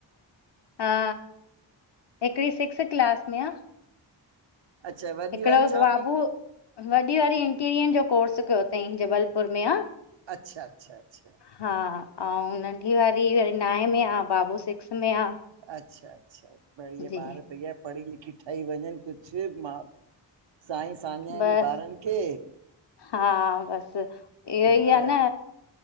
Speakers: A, on the left (about 60°); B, on the right (about 75°).
A: हा हिकिड़ी सिक्स्थ क्लास में आ
B: अच्छा वॾी
A: हिकिड़ो
B: वारी छा
A: बाबू
B: पई
A: वॾी वारी इंटीरियर जो कोर्स कयो अथई जबलपुर में
B: अच्छा -अच्छा- अच्छा
A: हा आऊ ऐं नंढी वारी वरी नाएं में आहे बाबू सिक्स में आहे
B: अच्छा अच्छा बढ़िया
A: जी
B: ॿार भईया पढ़ी लिखी ठही वञनि कुझु मा साईं साञाय
A: बसि
B: ॾे ॿारनि खे
A: हा बसि इहो
B: त
A: ई आहे न